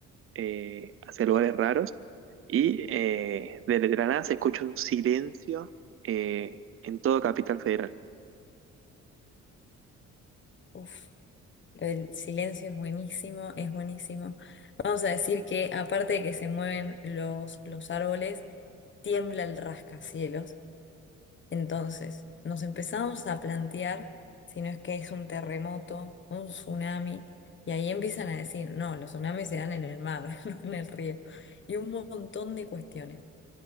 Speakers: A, on the right; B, on the left.
A: eh, hacia lugares raros y eh, desde la nada se escucha un silencio eh, en todo Capital Federal. <laughs>
B: Uf, lo del silencio es buenísimo, es buenísimo. Vamos a decir que aparte de que se mueven los, los árboles, tiembla el rascacielos. Entonces, nos empezamos a plantear si no es que es un terremoto, un tsunami, y ahí empiezan a decir, no, los tsunamis se dan en el mar, <laughs> no en el río, y un montón de cuestiones.